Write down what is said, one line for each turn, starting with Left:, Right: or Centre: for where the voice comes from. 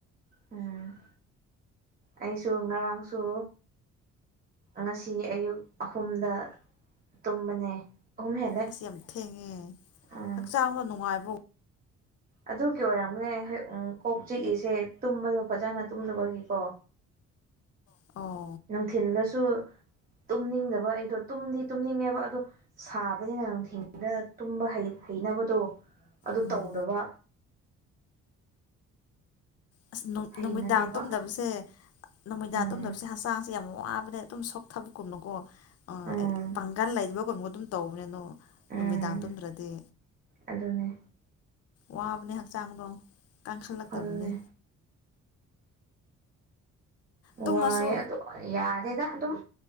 Right: ꯎꯝ ꯑꯩꯁꯨ ꯉꯔꯥꯡꯁꯨ ꯉꯁꯤ ꯑꯌꯨꯛ ꯑꯍꯨꯝꯗ ꯇꯨꯝꯕꯅꯦ ꯑꯍꯨꯝ ꯍꯦꯜꯂꯦ
Left: ꯑꯁꯤ ꯌꯥꯝ ꯊꯦꯡꯉꯦ
Right: ꯎꯝ
Left: ꯍꯛꯆꯥꯡꯗꯣ ꯅꯨꯡꯉꯥꯏꯕ ꯍꯣꯏ
Right: ꯑꯗꯨ ꯀ ꯑꯣꯏꯔꯝꯅꯦ ꯍ ꯎꯝ ꯀꯣꯛ ꯆꯤꯛꯏꯁꯦ ꯇꯨꯝꯕꯗꯣ ꯐꯖꯅ ꯇꯨꯝꯅꯕꯒꯤꯀꯣ
Left: ꯑꯣ
Right: ꯅꯨꯡꯊꯤꯜꯗꯁꯨ ꯇꯨꯝꯅꯤꯡꯗꯕ ꯑꯩꯗꯣ ꯇꯨꯝꯗꯤ ꯇꯨꯝꯅꯤꯡꯉꯦꯕ ꯑꯗꯣ ꯁꯥꯕꯅꯤꯅ ꯅꯨꯡꯊꯤꯜꯗ ꯇꯨꯝꯕ ꯍꯩꯅꯕꯗꯣ ꯑꯗꯨ
Left: ꯎꯝ
Right: ꯇꯧꯗꯕ
Left: ꯑꯁ
Right: ꯍꯩꯅꯗꯦꯕ
Left: ꯅꯨꯃꯤꯗꯥꯡ ꯇꯨꯝꯗꯕꯁꯦ ꯅꯨꯃꯤꯗꯥꯡ
Right: ꯎꯝ
Left: ꯇꯨꯝꯗꯕꯁꯦ ꯍꯛꯆꯥꯡꯁꯦ ꯌꯥꯝ ꯋꯥꯕꯅꯦ ꯑꯗꯨ ꯁꯣꯛ ꯊꯥꯕꯨꯒꯨꯔꯅꯒꯣ ꯑ
Right: ꯎꯝ
Left: ꯑꯩ ꯄꯥꯡꯒꯟ ꯂꯩꯕꯒꯨꯝꯕ ꯑꯗꯨꯝ ꯇꯧꯕꯅꯦꯅꯣ
Right: ꯎꯝ
Left: ꯅꯨꯃꯤꯗꯥꯡ ꯄꯨꯝꯗ꯭ꯔꯗꯤ
Right: ꯑꯗꯨꯅꯦ
Left: ꯋꯥꯕꯅꯦ ꯍꯛꯆꯥꯡꯗꯣ ꯀꯪ ꯈꯥꯂꯛꯗꯕꯅꯦ
Right: ꯑꯗꯨꯅꯦ
Left: ꯇꯨꯝꯃꯁꯨ
Right: ꯋꯥꯏ ꯑꯗꫭ ꯌꯥꯗꯦꯗ ꯑꯗꯨꯨꯝ